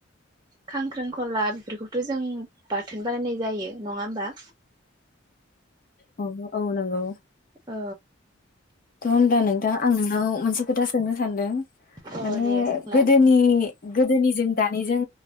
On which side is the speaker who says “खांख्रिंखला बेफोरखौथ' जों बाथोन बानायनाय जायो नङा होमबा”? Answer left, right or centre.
Right